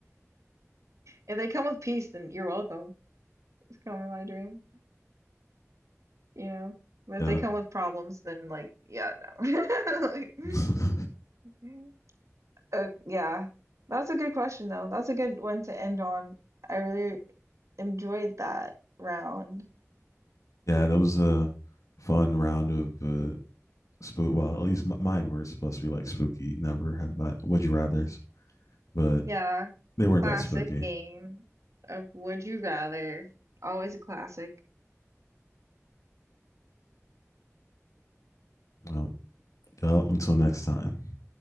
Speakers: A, on the right (about 70°); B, on the left (about 80°).
A: If they come with peace, then you're welcome. Come in my dream, you know. But
B: <laughs> yeah.
A: if they come with problems, then like, yeah, no. <laughs> Like,
B: <laughs>
A: Mhm. Uh, yeah, that's a good question, though. That's a good one to end on. I really enjoyed that round.
B: Yeah, that was a fun round of uh, spook. Well, at least m- mine were supposed to be like spooky. Never have I. Would you rather's, But
A: Yeah,
B: they weren't
A: classic
B: that spooky.
A: game of Would You Rather. Always a classic.
B: Well, yeah, until next time.